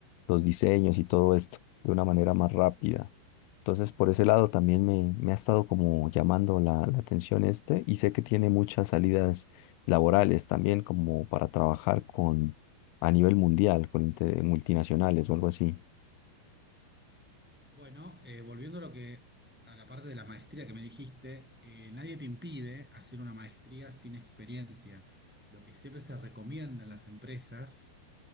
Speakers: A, on the left (about 90°); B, in the centre.
A: los diseños y todo esto de una manera más rápida. Entonces, por ese lado también me, me ha estado como llamando la, la atención este y sé que tiene muchas salidas laborales también como para trabajar con a nivel mundial, con inter- multinacionales o algo así.
B: Bueno, eh, volviendo a lo que a la parte de la maestría que me dijiste, eh, nadie te impide hacer una maestría sin experiencia. Lo que siempre se recomienda en las empresas